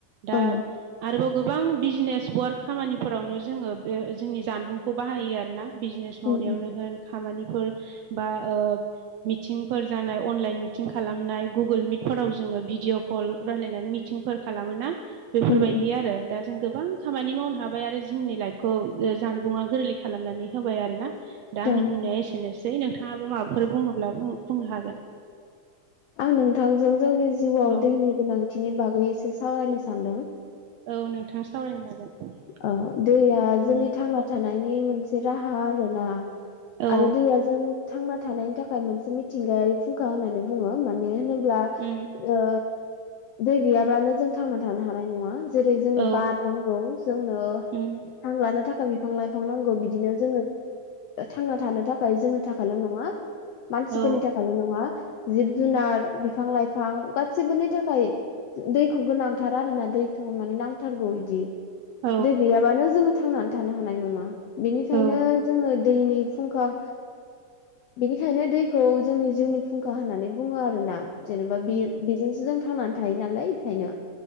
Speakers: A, on the right (about 80°); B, on the left (about 80°).
A: दा
B: औ
A: आरोबाव गोबां बिजनेस वार्क खामानिफोरावनो जोङो बे जोंनि जानबुंखौ बाहायो आरोना बिजनेस
B: उम
A: मावनायावनो
B: उम
A: होन खामानिफोर बा ओ मिटिंफोर जानाय अनलाइन मिटिं खालामनाय गुगोल मिटफोराव जोङो भिडिअ' कल राय्लायनानै मिथिंफोर खालामोोना बेफोरबायदि
B: उम
A: आरो दा जों गोबां खामानि मावनो हाबाय आरो जोंनि लाइफखौ ओ जानबुङा गोरलै खालामनानै होबाय आरोना। दा आंनि
B: औ
A: बुंनाया एसेनोसै नोंथाङाबो माबाफोर बुङोब्ला बुं-बुंनो हागोन।
B: आं नोंथांजों जोंनि जिउआव
A: औ
B: दैनि गोनांथिनि बागै एसे सावरायनो सानदों।
A: औ नोंथां सावरायनो हागोन।
B: औ दैया जोंनि
A: उम
B: थांना थानायनि मोनसे राहा आरोना
A: औ
B: आरो दैयाजों थांना थानायनि थाखाय मोनसे मिथिंगायारि फुंखा होननानै बुङो माने होनोब्ला
A: उम
B: ओ दै गैयाब्लानो जों थांना थानो हानाय नङा। जेरै जोंनो
A: औ
B: बार नां गौ जोंनो
A: उम
B: हां लानो थाखाय बिफां लाइफां नांगौ बिदिनो जोंनो थांना थानो थाखाय जोंनि थाखायल' नङा मानसिफोरनि
A: औ
B: थाखायल' नङा जिब जुनार
A: उम
B: बिफां लाइफां गासिबोनि थाखाय दैखौ गोनांथार आरोना दैखौ माने नांथारगौ बिदि।
A: औ
B: दै गैयाबानो जोङो थांनानै थानो हानाय नङा। बेनिखायनो
A: औ
B: जोङो दैनि फुंखा बेनिखायनो दैखौ जोंनि जिउनि फुंखा होननानै बुङो आरो ना जेनेबा
A: उम
B: बेयो बेजोंसो जों थांनानै थायो नालाय इखायनो।